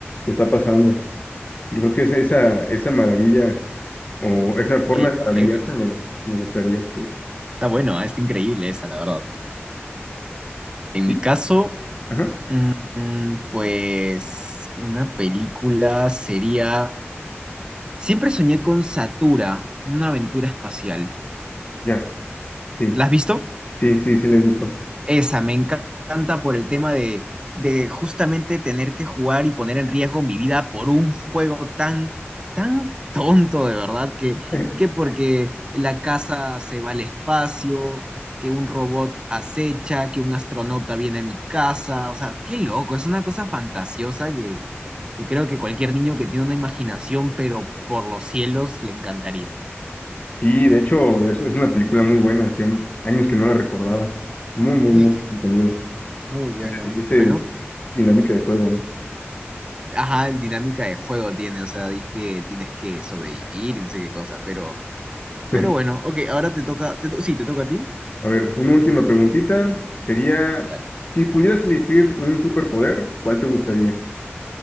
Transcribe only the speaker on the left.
que está pasando? Yo creo que esa, esa, esa maravilla o esa forma
de maravillarse
me, me gustaría. sí.
Y-
ajá,
ya, sí,
sí, sí, sí, le gustó.
<laughs>
Sí, de hecho, eso es una película muy buena, hacía años que no la recordaba. Muy, muy,
muy entretenida.
Esa, esa
dinámica de juego, ¿no?
<laughs>
A ver, una última preguntita. Sería,
si pudieras elegir un superpoder, ¿cuál te gustaría?